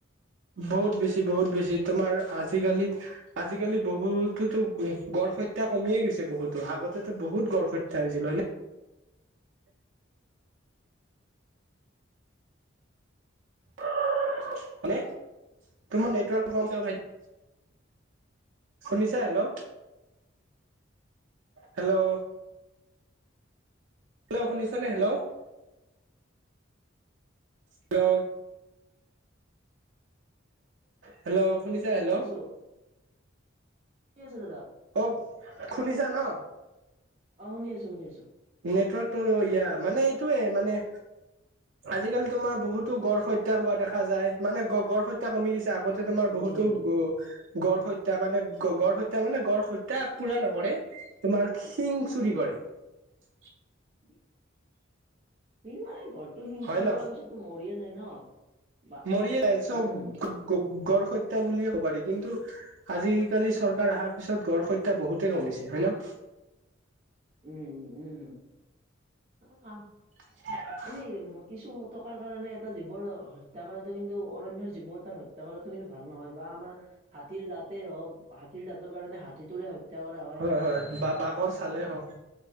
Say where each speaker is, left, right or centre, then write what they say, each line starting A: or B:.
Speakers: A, on the right; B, on the right.
A: বহুত বেছি বহুত বেছি তোমাৰ আজিকালি আজিকালি বহুতো'তো গড় হত্যা কমিয়ে গৈছে বহুতো, আগতেটো বহুত গড় হত্যা হৈছিল হয় নে। মানে, তোমাৰ নেটৱৰ্কটো কম যাব ভাইটি। শুনিছা? হেল্ল'। হেল্ল'। হেল্ল' শুনিছানে? হেল্ল'। হেল্ল'। হেল্ল' শুনিছা? হেল্ল'।
B: <unintelligible> কি আছে দাদা।
A: <unintelligible> শুনিছা ন?
B: অ', -শুনি আছো-শুনি আছো।
A: নেটৱৰ্কটো ইয়া, মানে এইটোয়ে মানে- আজিকালি তোমাৰ বহুতো গড় হত্যা হোৱা দেখা যায়, মানে গড় হত্যা কমি গৈছে আগতে- তোমাৰ বহুতো
B: উম
A: গ-গড় হত্যা মানে গ-গড় হত্যা মানে গড় হত্যা পুৰা নকৰে। তোমাৰ শিং চুৰি কৰে।
B: <unintelligible>
A: <inaudible>
B: <inaudible> শিং মানে গড়টো শিং
A: হয়
B: চুৰি
A: ন
B: কৰা পিছত টো মৰিয়ে যাই ন'। বা
A: মৰিয়ে যায়, চব
B: উম
A: গড় হত্যা বুলিয়ে ক'ব পাৰি, কিন্তু- আজি কালি চৰকাৰ অহাৰ পিছত গড় হত্যা বহুতে কমিছে হয় ন'।
B: উম-উম-উম-উম। অঁ', -অঁ',।
A: <inaudible>
B: আমি কিছু টকাৰ কাৰণে এটা জীৱ হত্যা কৰাতটো কিন্তু অৰণ্যৰ জীৱ এটাৰ হ- ত্যা কৰাটো কিন্তু ভাল নহয়, বা আমাৰ- হাতীৰ দাঁতেই হওঁক, হাতীৰ দাঁতৰ কাৰণে হাতীটোৰে হত্যা কৰা হয়।
A: হয়-হয়, বা বাঘৰ চালে হওঁক।